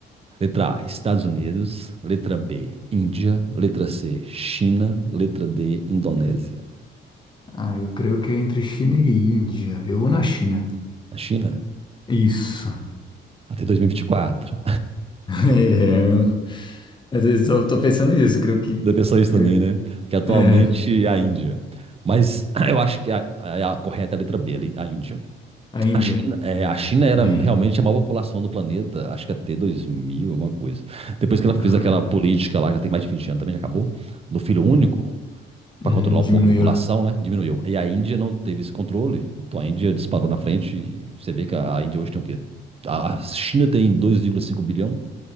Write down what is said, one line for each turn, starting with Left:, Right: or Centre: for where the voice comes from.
Right: Letra A, Estados Unidos. Letra B, Índia. Letra C, China. Letra D, Indonésia.
Left: Ah, eu creio que é entre China e Índia. Eu vou na China.
Right: A China?
Left: Isso. <laughs>
Right: Até 2024.
Left: É, eu- às vezes eu tô pensando nisso, creio que.
Right: Você pensou
Left: creio-
Right: isso também, né? Porque atualmente
Left: É,
Right: é a Índia. Mas <clears throat> eu acho que a, a- a correta é a letra B, a Índia.
Left: a Índia.
Right: A China, é,
Left: Né?
Right: a China era
Left: Bem.
Right: realmente a maior população do planeta, acho que até 2000 alguma coisa. Depois que ela fez
Left: Aham.
Right: aquela política lá, já tem mais de 20 anos também, já acabou, do filho único, para
Left: Hum,
Right: controlar um pouco
Left: diminuiu.
Right: a população, né? Diminuiu. E a Índia não teve esse controle, então a Índia disparou na frente e você vê que a Índia hoje tem o quê? A a China tem dois vírgula cinco bilhão,